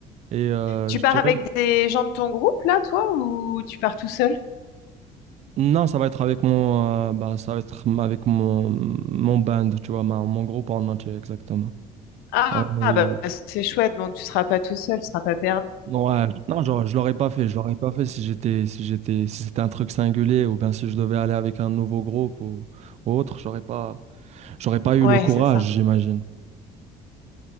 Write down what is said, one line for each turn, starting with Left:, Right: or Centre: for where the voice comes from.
Right: Et euh,
Left: Tu
Right: je
Left: pars
Right: dirais,
Left: avec des gens de ton groupe, là, toi, ou tu pars tout seul?
Right: non, ça va être avec mon, euh, bah, ça va être m- avec mon, mon band, tu vois, ma- mon groupe en entier, exactement.
Left: Ah,
Right: On est,
Left: ah, bah, c'est chouette, donc tu seras pas tout seul, tu seras pas perdu.
Right: ouais, non, genre, je l'aurais pas fait, je l'aurais pas fait si j'étais, si j'étais, si c'était un truc singulier ou bien si je devais aller avec un nouveau groupe ou, ou autre, j'aurais pas, j'aurais pas eu
Left: Ouais,
Right: le courage,
Left: c'est ça.
Right: j'imagine.